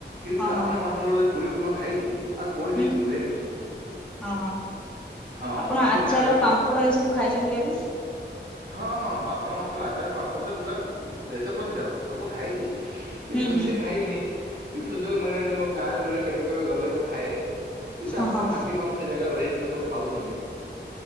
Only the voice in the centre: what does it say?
ହଁ ହଁ
ହୁଁ
ହଁ ହଁ
ଆପଣ
ଆଚାର,
ପାମ୍ପଡ ଏ ସବୁ ଖାଇଚନ୍ତି କେବେ?
ହୁଁ
ହୁଁ
ହଁ
ହଁ